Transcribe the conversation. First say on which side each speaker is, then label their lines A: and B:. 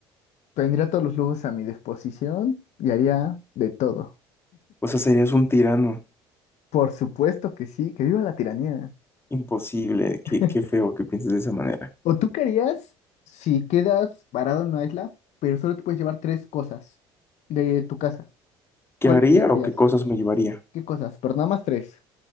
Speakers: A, on the left; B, on the left.
A: Tendría todos los lujos a mi disposición y haría de todo.
B: o sea, serías un tirano.
A: Por supuesto que sí, que viva la tiranía.
B: Imposible, qué,
A: <laughs>
B: qué feo que pienses de esa manera.
A: ¿O tú querías, si quedas varado en una isla, pero solo te puedes llevar tres cosas de tu casa?
B: ¿Qué
A: ¿Cuáles
B: haría
A: te llevarías?
B: o qué cosas me llevaría?
A: ¿Qué cosas? Pero nada más tres.